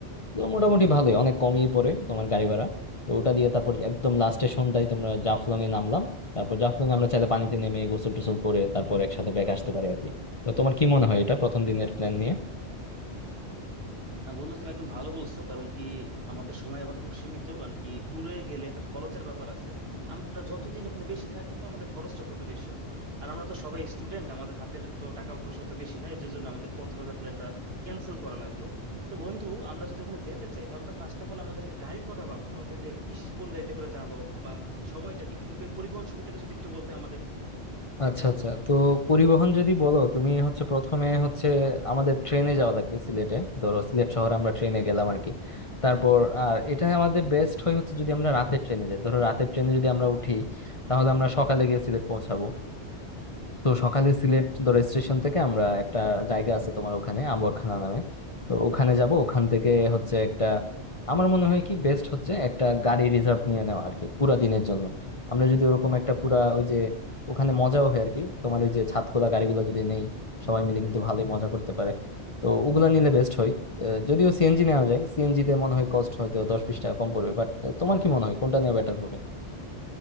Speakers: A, on the left; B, on the right.
A: তো মোটামুটি ভালোই অনেক কমই পড়ে তোমার গাড়ি ভাড়া তো ওটা দিয়ে তারপর একদম লাস্টে সন্ধ্যায় তোমরা জাফলং এ নামলাম তারপর জাফলং এ আমরা চাইলে পানিতে নেমে গোসল টোসল করে তারপর একসাথে ব্যাক আসতে পারি আর কি তো তোমার কি মনে হয় এটা প্রথম দিনের প্ল্যান নিয়ে
B: আহ বন্ধু তুমি একদম ভালো বলছো কারণ কি আমাদের সময় আবার খুব সীমিত কারণ কি ট্যুরে গেলে একটা খরচের ব্যাপার আছে আমরা যতদিন ওখানে বেশি থাকবো আমাদের খরচটা তত বেশি হবে আর আমরা তো সবাই স্টুডেন্ট আমাদের হাতের তো টাকা পয়সা তো বেশি না এর জন্য আমাদের কক্সবাজার প্ল্যানটা ক্যান্সেল করা লাগলো তো বন্ধু আমরা যদি ওখানে যেতে চাই তাহলে তো ফার্স্ট অফ অল আমাদেরকে গাড়ির কথা ভাবতে হবে যে কি কোন গাড়িতে করে যাব বা সময়টা কি তুমি কি ওই পরিবহন সুবিধাটা যদি একটু বলতে আমাদের
A: আচ্ছা আচ্ছা তো পরিবহন যদি বলো তুমি হচ্ছে প্রথমে হচ্ছে আমাদের ট্রেনে যাওয়া লাগবে সিলেটে ধরো সিলেট শহরে আমরা ট্রেনে গেলাম আর কি তারপর আর এটা আমাদের বেস্ট হয় হচ্ছে যদি আমরা রাতের ট্রেনে যাই ধরো রাতের ট্রেনে যদি আমরা উঠি তাহলে আমরা সকালে গিয়ে সিলেট পৌঁছাবো তো সকালে সিলেট ধরো স্টেশন থেকে আমরা একটা জায়গা আছে তোমার ওখানে আম্বরখানা নামে তো ওখানে যাব ওখান থেকে হচ্ছে একটা আমার মনে হয় কি বেস্ট হচ্ছে একটা গাড়ি রিজার্ভ নিয়ে নেওয়া আর কি পুরা দিনের জন্য আমরা যদি ওরকম একটা পুরা ওই যে ওখানে মজাও হয় আর কি তোমার ওই যে ছাদখোলা গাড়িগুলো যদি নেই সবাই মিলে কিন্তু ভালোই মজা করতে পারে তো ওগুলা নিলে বেস্ট হয় আহ, যদিও সিএনজি নেওয়া যায় সিএনজি তে মনে হয় কস্ট হয়তো দশ বিশ টাকা কম পড়বে বাট তোমার কি মনে হয় কোনটা নেওয়া বেটার হবে